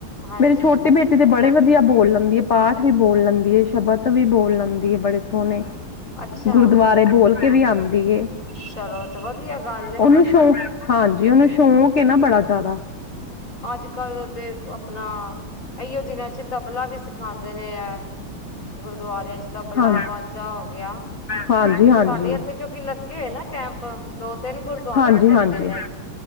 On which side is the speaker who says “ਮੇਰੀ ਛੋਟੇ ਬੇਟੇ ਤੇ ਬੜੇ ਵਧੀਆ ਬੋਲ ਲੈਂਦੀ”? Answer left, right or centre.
Left